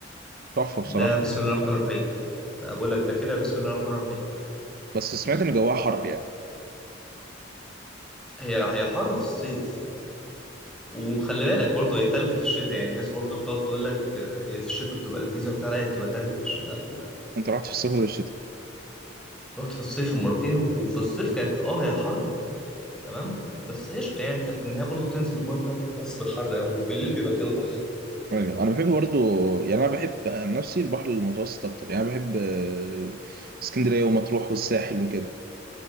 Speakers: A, on the right; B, in the centre.
A: تحفه بصراحه
B: ده بسم الله الرحمن الرحيم انا بقول لك ده كده بسم الله الرحمن الرحيم
A: بس سمعت ان جواها حر يعني
B: هي هي حر في الصيف وخلي بالك برضه هي تلج في الشتاء يعني الناس برضه بتقعد تقول لك آه، هي في الشتاء بتبقى لذيذه وبتاع لا هي بتبقى تلج في الشتاء على فكره
A: انت رحت في الصيف ولا الشتاء
B: رحت في الصيف مرتين وفي الصيف كانت اه هي حر تمام بس قشطه يعني انت في النهايه برضه بتنزل المايه بتاع مش بتحس بالحر قوي وبالليل بيبقى الجو تحفه
A: ايوه انا بحب برضو يعني انا بحب عن نفسي البحر المتوسط اكتر يعني أنا بحب آه، اسكندريه ومطروح والساحل وكده